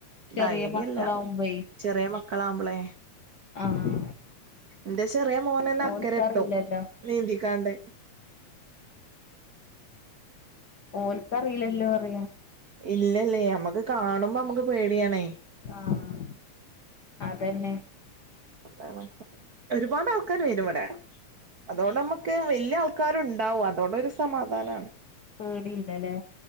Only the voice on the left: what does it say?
ചെറിയ
മക്കളാവുമ്പേ
ആഹ്
ഓൽക്കറിയില്ലല്ലോ
ഓൽക്കറീലല്ലോ റ്യ
ആഹ് അതന്നെ
പേടില്ല ലെ